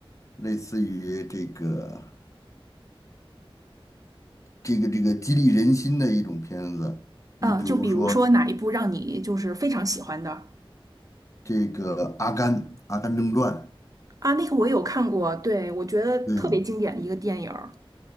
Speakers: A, on the left (about 35°); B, on the right (about 40°).
A: 类似于这个这个这个激励人心的一种片子。你比如说
B: 啊，就比如说哪一部让你就是非常喜欢的
A: 这个《阿甘阿甘正传》，
B: 啊？那个我也有看过，对，我觉得特别经典的一个电影儿。
A: 对